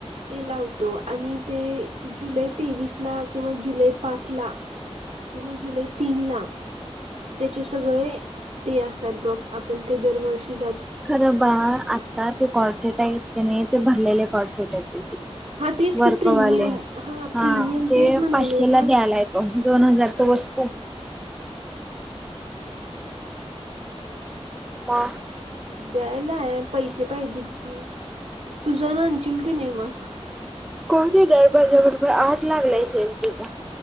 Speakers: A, on the right; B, in the centre.
A: ते लावतो आणि ते जुलै तेवीस ला किंवा जुलै पाच, ला किंवा, जुलै तीन ला त्याचे सगळे ते असतात बघ आपण ते दरवर्षी ज
B: खरा बा आता ता ते कॉड सेट आहेत की नाही ते भरलेले कॉडसेट आहेत त्याचे
A: हा तेच की
B: वर्गवाले
A: प्रीमियम प्रीमियम
B: हा ते
A: तेच म्हणावलंय
B: पाचशेला
A: ना
B: द्यायला तो. दोन हजारच वस्तू? वा!
A: द्यायलाय पैसे पाहिजेत कि तुझ नाशील की नाही मगं?
B: कोणती दर बाजार रुपये आठ लागलायच सेल त्याचा.